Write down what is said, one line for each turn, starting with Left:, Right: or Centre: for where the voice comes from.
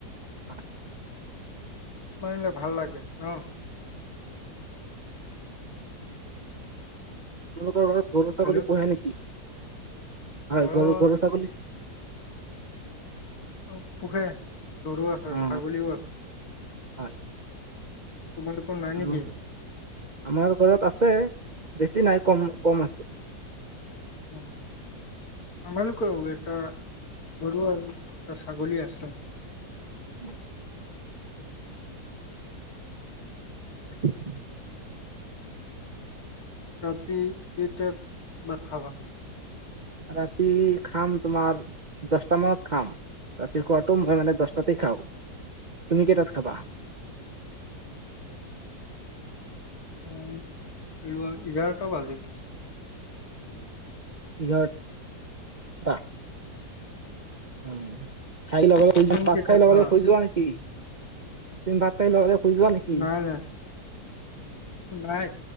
Right: হয়
Left: মাছ মাৰিলে ভাল লাগে ন
Right: <unintelligible> গৰু ছাগলী
Left: হেল্ল'
Right: পোহে নেকি হয়
Left: ঘৰত
Right: গৰু গৰু ছাগলী
Left: অ পোহে গৰু আছে
Right: অ
Left: ছাগলীও আছে
Right: হয়
Left: তোমালোকৰ নাই
Right: আৰু
Left: নেকি
Right: আমাৰ ঘৰত আছে বেছি নাই কম আছে
Left: উম আমালোকৰো এটা গৰু আৰু এটা ছাগলী আছে
Right: উ <unintelligible>
Left: ৰাতি কেইটাত বাত খাবা
Right: ৰাতি খাম তোমাৰ দচটা মানত খাম ৰাতি খোৱাটো মই মানে দচতাতে খাওঁ তুমি কেইটাত খাবা
Left: <inaudible> উম ৰোৱা এঘাৰটা বাজিল
Right: ইঘাৰটা উম, খাই লগে লগে,
Left: টোপনি
Right: <inaudible> বাত
Left: কেইটাত
Right: খাই লগে
Left: মাৰা
Right: লগে শুই যোৱা নেকি? তুমি বাত খাই লগে লগে শুই যোৱা নেকি?
Left: নাই নাই নাই,